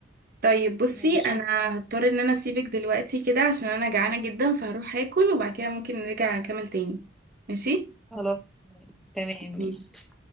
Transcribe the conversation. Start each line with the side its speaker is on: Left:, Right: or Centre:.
Right: طيب بصي
Centre: ماشي
Right: انا هضطر ان انا اسيبك دلوقتي كده عشان انا جعانة جدا فهروح اكل وبعد كده ممكن نرجع نكمل تاني ماشي
Centre: خلاص تمام
Right: مم.
Centre: ماشي